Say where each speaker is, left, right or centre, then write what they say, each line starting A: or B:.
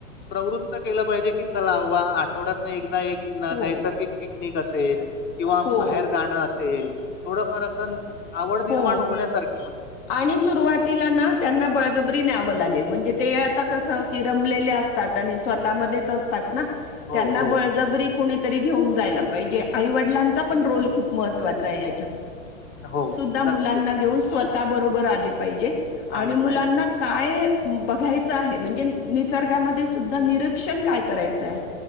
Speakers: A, on the left; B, on the left.
A: प्रवृत्त केलं पाहिजे की चला आव आठवड्यात नाही एक. एक
B: हो
A: नैसर्गिक पिकनिक असेल किंवा
B: हो
A: बाहेर जाणं असेल. थोडंफार असं आवड निर्माण
B: हो
A: होण्यासारख.
B: आणि सुरुवातीला ना त्यांना बळजबरी न्यावं लागेल म्हणजे ते कस क र असतात आणि स्वतः मच असतात
A: हो
B: त्यांना
A: हो
B: बजब. कोणीतरी घेऊन जायला पाहिजे आईवडिलांचा पण रोल खूप महत्त्वाचा आहे याच्यात
A: हो.
B: मुलाना
A: नक्कीच
B: घेऊन स्वतः बरोबर आले पाहिजे आणि
A: आले
B: मुलांना
A: पाहिजे
B: काय? बघायच आहे म्हणजे निसर्गामध्ये सुद्धा निरीक्षण काय करायचं आहे.